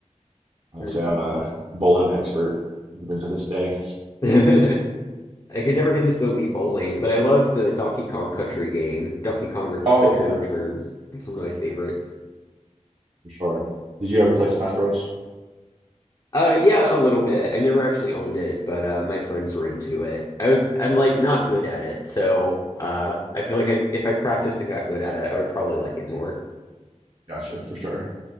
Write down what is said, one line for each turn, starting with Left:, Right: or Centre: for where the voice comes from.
Right: I'd
Left: Mm.
Right: say I'm a bowling expert even to this day.
Left: <laughs> I could never get into the Wii Bowling, but I love the Donkey Kong Country game. Donkey Kong Re-
Right: Oh
Left: Country
Right: yeah,
Left: Returns. It's one of my favorites.
Right: yeah, for sure. Did you ever play Smash Bros?
Left: Uh, yeah, a little bit. I never actually owned it, but uh, my friends were into it. I was, I'm like not good at it, so uh, I feel like I, if I practiced and got good at it, I would probably like it more.
Right: Gotcha, for sure.